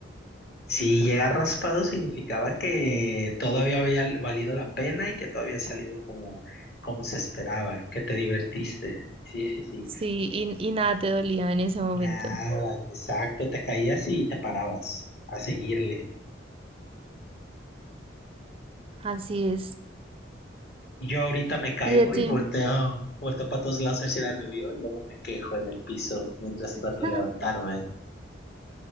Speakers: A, on the left (about 55°); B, on the right (about 30°).
A: Si llegar raspado significaba que todavía había valido la pena y que todavía había salido como, como se esperaba, que te divertiste. Sí, sí, sí.
B: Sí, y, y nada te dolía en ese momento.
A: Nada, exacto, te caías y te parabas a seguirle.
B: Así es.
A: Yo ahorita me caigo
B: Y de tiempo.
A: y volteo, volteo para todos lados a ver si nadie me vio y luego me quejo en el piso mientras
B: <laughs>
A: trato de levantarme.